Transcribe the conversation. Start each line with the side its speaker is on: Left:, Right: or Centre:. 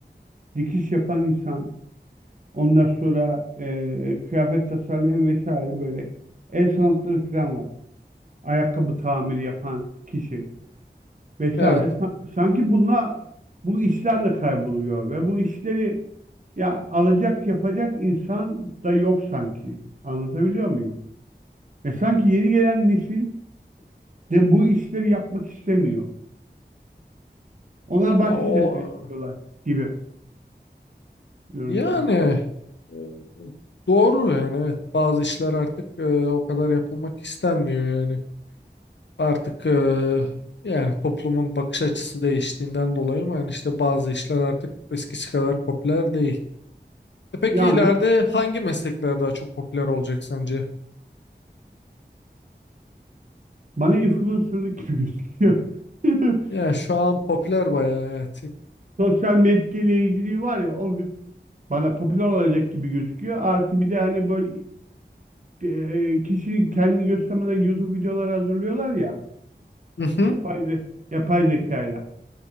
Right: dikiş yapan insan. Ondan sonra e, kıyafet tasarlayan vesaire böyle el sanatları falan var. Ayakkabı tamiri yapan kişi. vesaire.
Left: Evet.
Right: Sa- Sanki bununla bu işlerle kayboluyor ve bu işleri ya alacak yapacak insan da yok sanki. Anlatabiliyor muyum? Ve sanki yeni gelen nesil de bu işleri yapmak istemiyor. Onlar
Left: Ya
Right: başka
Left: o
Right: şeyler istiyorlar gibi görünüyor
Left: yani
Right: bana.
Left: e, doğru yani evet bazı işler artık e, o kadar yapılmak istenmiyor yani. Artık e, yani toplumun bakış açısı değiştiğinden dolayı mı yani işte bazı işler artık eskisi kadar popüler değil. E peki
Right: Yani
Left: ileride hangi meslekler daha çok popüler olacak sence?
Right: bana influencerlık gibi gözüküyor. <laughs>
Left: Ya şu an popüler bayağı
Right: Sosyal medya etkileyiciliği var ya o bana popüler olacak gibi gözüküyor. Artı bir de hani böyle e, kişinin kendini göstermeden YouTube videolar hazırlıyorlar ya.
Left: evet. <laughs>
Right: Yapay, ze- yapay zekayla.